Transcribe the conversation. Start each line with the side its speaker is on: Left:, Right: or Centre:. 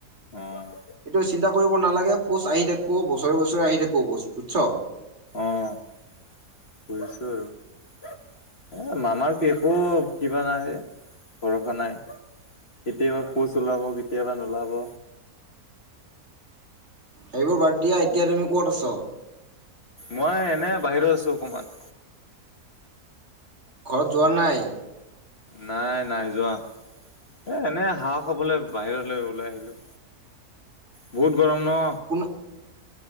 Left: অ',
Right: এইটো। চিন্তা কৰিব নালাগে, পষ্ট আহি থাকিবো বছৰে বছৰে আহি থাকিব পষ্ট, বুদছ।
Left: অহ' বুজিছো আৰু। এ মামাৰ একো কিবা নাই, ভৰসা নাই। কেতিয়াবা পষ্ট ওলাব, কেতিয়াবা নোলাব।
Right: সেইবোৰ বাদ দিয়া, এতিয়া তুমি ক'ত আছ।
Left: মই এনে বাহিৰত আছো অকমান।
Right: ঘৰত যোৱা নাই।
Left: নাই নাই যোৱা। এ এনে হাহ খাবলৈ বাহিৰলৈ ওলাই আহিলোঁ। বহুত গৰম ন।
Right: কোনো